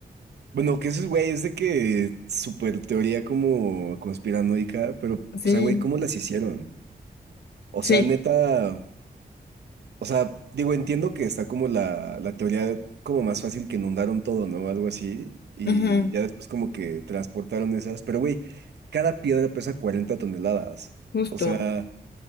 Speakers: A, on the right; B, on the left.
A: Bueno, que eso es, güey, es de que súper teoría como conspiranoica, pero,
B: Sí,
A: o sea, güey, ¿cómo las hicieron? O
B: sí,
A: sea, neta, o sea, digo, entiendo que está como la, la teoría como más fácil que inundaron todo, ¿no? Algo así. Y
B: ujú,
A: ya después como que transportaron esas. Pero, güey, cada piedra pesa 40 toneladas.
B: justo,
A: O sea,